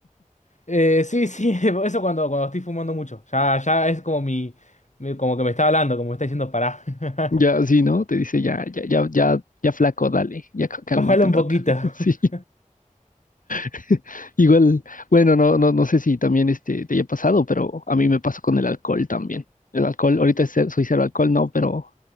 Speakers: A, on the left (about 60°); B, on the left (about 75°).
A: Eh, sí, sí, <laughs> eso cuando, cuando estoy fumando mucho. Ya, ya es como mi, mi- como que me está hablando, como me está diciendo pará. <laughs>
B: Ya, sí, ¿no? Te dice, ya, ya, ya, ya, ya flaco, dale, ya c- cálmate
A: Bájalo un
B: un rato.
A: poquito.
B: <laughs>
A: <laughs>
B: Sí. <laughs> Igual, bueno, no, no, no sé si también este te haya pasado, pero a mí me pasó con el alcohol también. El alcohol, ahorita es cero- soy cero alcohol, no, pero